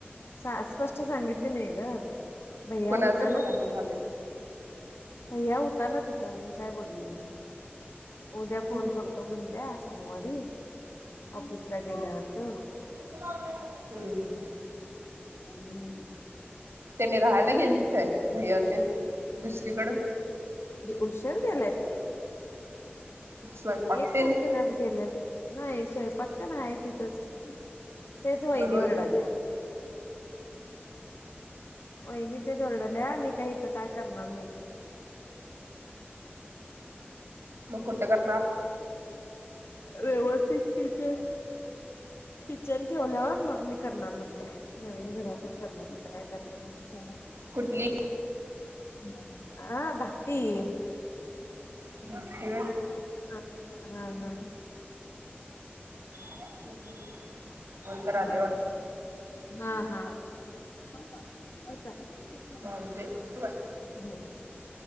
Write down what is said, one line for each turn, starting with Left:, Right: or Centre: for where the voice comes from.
Left: सास स्पष्ट सांगितली नाही गं. भैया
Right: कुणाचं
Left: होता
Right: कुणाचं
Left: ना तिथं.
Right: झालं
Left: भैय्या होता ना, तिथं. मण काय बोलली नाही. उद्या फोन
Right: हम्म
Left: करतो म्हणल्या, सोमवारी. ऑफिसला गेल्यावर तो.
Right: <inaudible> हम्म, ह.
Left: <unintelligible>
Right: त्यानी राहायला गेलीत काय? भैय्या ते न. दुसरीकडं.
Left: उशर गेल्यात की.
Right: स्वयंपाक
Left: एक
Right: तेन
Left: तारखे लाच गेल्यात. नाही, स्वयंपाक ते न आहे तिथच. तेच वहिनी
Right: मग रोज
Left: वरडाल्या. वहिनी तेच वरडल्या. मी काही हितं, काय करणार नाही.
Right: मग कुट करणार?
Left: व्यवस्थित कि ते किचन ठेवल्यावर मग मी करणार म्हणत्या. नवीन घरातच करणार. हितं काय करणार नाही म्हणे. चला.
Right: कुठली
Left: <unintelligible> आ धाकटी.
Right: <inaudible> धाकटी व्हय?
Left: <unintelligible> हां हां.
Right: <inaudible> कोणतर आलय
Left: आना,
Right: वाटतं
Left: हां हां, <unintelligible> चल बाय, बाय,
Right: चालतंय ठेवू काय
Left: हो हो.